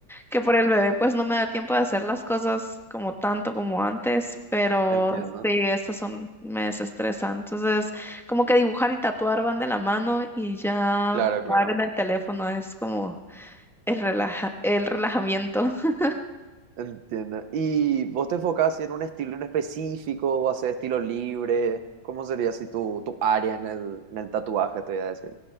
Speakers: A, in the centre; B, on the right.
A: que por el bebé pues no me da tiempo de hacer las cosas como tanto como antes, pero
B: Entiendo.
A: sí, estas son, me desestresan. Entonces como que dibujar y tatuar van de la mano y ya
B: Claro, claro.
A: jugar en el teléfono es como... El relaja, el relajamiento. <laughs>
B: Entiendo. ¿Y vos te enfocás así en un estilo en específico o haces estilo libre? ¿Cómo sería así tu, tu área en el, en el tatuaje, te voy a decir?